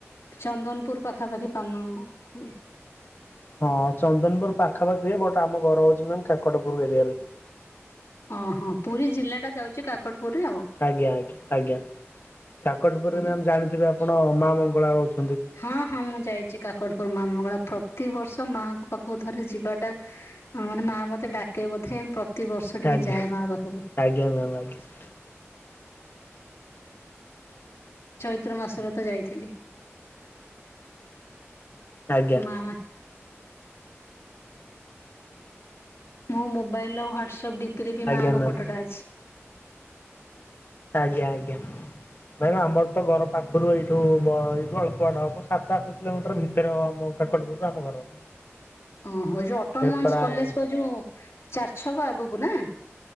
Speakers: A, on the left; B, on the left.
A: ଚନ୍ଦନପୁର ପାଖାପାଖି ପାନ ହୁଏ।
B: ହଁ ଚନ୍ଦନପୁର ପାଖାପାଖି ହୁଏ ବଟ ଆମ ଘର ହଉଛି ମାମ କାକଟପୁର ଏରିଆରେ।
A: ଓହୋ ପୁରୀ ଜିଲ୍ଲାଟା ଯାଉଛି କାକଟପୁରରେ ଆଉ।
B: ଆଜ୍ଞା ଆଜ୍ଞା ଆଜ୍ଞା କାକଟପୁରରେ
A: ହୁଁ
B: ମ୍ୟାାମ ଜାଣିଥିବେ ଆପଣ ମା ମଙ୍ଗଳା ହଉଚି।
A: ହଁ ହଁ ମୁଁ ଯାଇଛି କାକଟପୁର ମାମଙ୍ଗଳା ପ୍ରତିିବର୍ଷ ମାଆଙ୍କ ପାଖକୁ ଥରେ ଯିବାଟା ହଁ ମାନେ ମା ମତେ ଡାକେ ବୋଧେ ପ୍ରତି ବର୍ଷ ଟିକେ
B: ଆଜ୍ଞା
A: ଯାଏ ମା ପାଖକୁ।
B: ଆଜ୍ଞା ମ୍ୟାମ୍ ଆଜ୍ଞା।
A: ଚୈତ୍ର ମାସରେ ତ ଯାଇଥିଲି।
B: ଆଜ୍ଞା।
A: ମା ମୋ ମୋବାଇଲର ଆଉ ହ୍ୱାଟ୍ସଅପ୍ ଡିପିରେ ବି
B: ଆଜ୍ଞା
A: ମାଆଙ୍କ
B: ମ୍ୟାମ୍
A: ଫଟୋଟା ଅଛି।
B: ଆଜ୍ଞା ଆଜ୍ଞା। ନାଇଁମ ଆମର ତ ଘର ପାଖରୁ ଏଇଠୁ ଏଇଠୁ ଅଳ୍ପ ବାଟ ହବ ସାତ ଆଠ କିଲୋମିଟର ଭିତରେ ହବ। କାକଟପୂରରୁ ଆମଘର।
A: ଓହୋ ଯୋଉ ଅଟନମସ
B: ପ୍ରାୟ
A: କଲେଜ ପ ଯୋଉ ଚାର ଛକ ଆଗକୁ ନା।